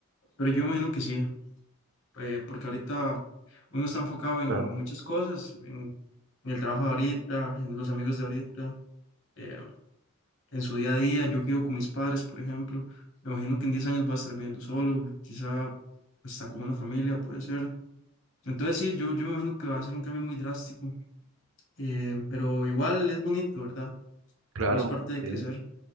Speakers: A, on the left; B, on the right.
A: Pero yo imagino que sí, eh, porque ahorita uno está enfocado en
B: Claro,
A: muchas cosas, en, en el trabajo de ahorita, en los amigos de ahorita, eh, en su día a día. Yo que vivo con mis padres, por ejemplo, me imagino que en 10 años voy a estar viviendo solo, quizá hasta con una familia, puede ser. Entonces sí, yo, yo me imagino que va a ser un cambio muy drástico, eh, pero igual es bonito, ¿verdad?
B: claro.
A: Todo es parte de
B: sí.
A: crecer.